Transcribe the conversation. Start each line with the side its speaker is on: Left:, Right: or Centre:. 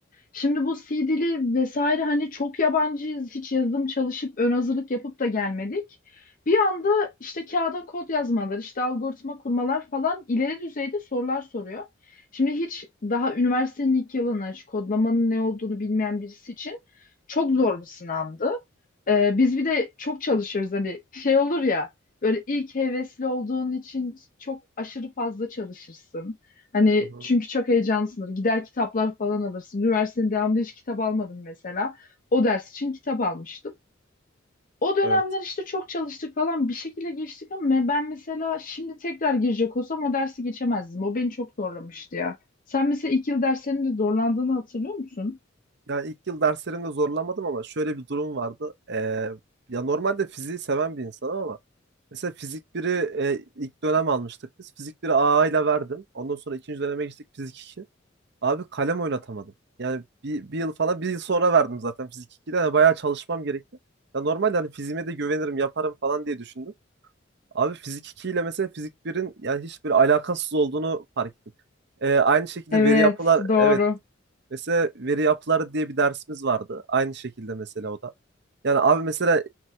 Left: Şimdi bu C dili vesaire hani çok yabancıyız. Hiç yazılım çalışıp ön hazırlık yapıp da gelmedik. Bir anda işte kağıda kod yazmalar, işte algoritma kurmalar falan ileri düzeyde sorular soruyor. Şimdi hiç daha üniversitenin ilk yılına hiç kodlamanın ne olduğunu bilmeyen birisi için çok zor bir sınavdı. Ee, biz bir de çok çalışıyoruz hani şey olur ya böyle ilk hevesli olduğun için çok aşırı fazla çalışırsın. Hani
Right: Hı hı.
Left: çünkü çok heyecanlısındır. Gider kitaplar falan alırsın. Üniversitenin devamında hiç kitap almadım mesela. O ders için kitap almıştım. O dönemler
Right: Evet.
Left: işte çok çalıştık falan bir şekilde geçtik ama ben mesela şimdi tekrar girecek olsam o dersi geçemezdim. O beni çok zorlamıştı ya. Sen mesela ilk yıl derslerinde zorlandığını hatırlıyor musun?
Right: Yani ilk yıl derslerimde zorlanmadım ama şöyle bir durum vardı. Ee, ya normalde fiziği seven bir insanım ama mesela fizik biri e, ilk dönem almıştık biz. Fizik 1'i A A ile verdim. Ondan sonra ikinci döneme geçtik fizik 2. Abi kalem oynatamadım. Yani bir, bir yıl falan bir yıl sonra verdim zaten fizik iki'de Yani bayağı çalışmam gerekti. Ya normalde hani fiziğime de güvenirim yaparım falan diye düşündüm. Abi fizik 2 ile mesela fizik birin yani hiçbir alakasız olduğunu fark ettim. Ee, aynı şekilde
Left: Evet,
Right: veri yapılar
Left: doğru.
Right: evet Mesela veri yapıları diye bir dersimiz vardı. Aynı şekilde mesela o da. Yani abi mesela